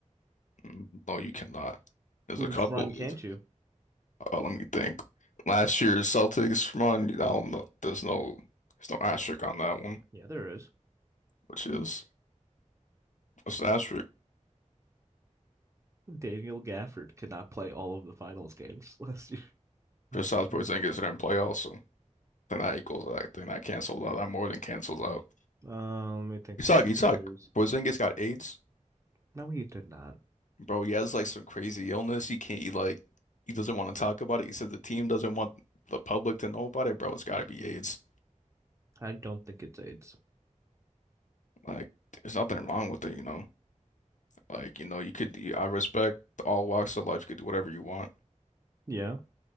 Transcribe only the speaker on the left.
Mm, No, you cannot. There's
a couple.
there's-
Uh, let me think. Last year's Celtics run, I don't know. There's no, there's no asterisk on that one,
which is it's an asterisk.
Kristaps Porzingis
didn't play also. Then that equals that. Then that cancels out. That more than cancels out.
You
suck.
You suck.
Porzingis got AIDS.
Bro, he has like some crazy illness. He can't, he like, he doesn't want to talk about it. He said the team doesn't want the public to know about it. Bro, it's got to be AIDS.
Like, there's nothing wrong with it, you know? Like, you know, you could, I respect all walks of life. You could do whatever you want.